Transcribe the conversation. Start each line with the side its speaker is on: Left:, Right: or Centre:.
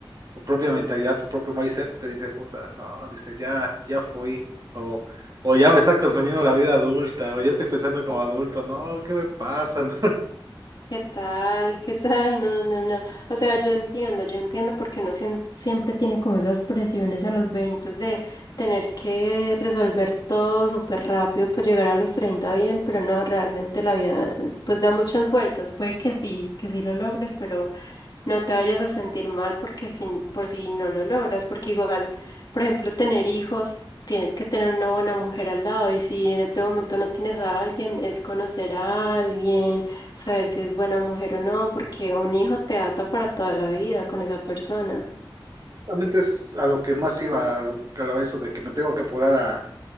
Right: tu propia mentalidad, tu propio mindset te dice, puta, no, dices, ya, ya fui, o, o ya me está consumiendo la vida adulta, o ya estoy pensando como adulto, no, ¿qué me pasa? <laughs> ¿no?
Left: ¿Qué tal? ¿Qué tal? No, no, no. O sea, yo entiendo, yo entiendo porque uno sien- siempre tiene como esas presiones a los 20 de tener que resolver todo súper rápido para llegar a los 30 bien, pero no, realmente la vida eh, pues da muchas vueltas. Puede que sí, que sí lo logres, pero no te vayas a sentir mal porque sin, por si no lo logras, porque igual, por ejemplo, tener hijos, tienes que tener una buena mujer al lado y si en este momento no tienes a alguien, es conocer a alguien, saber si es buena mujer o no, porque un hijo te ata para toda la vida con esa persona.
Right: Realmente es a lo que más iba, a lo, a lo- eso de que me tengo que apurar a,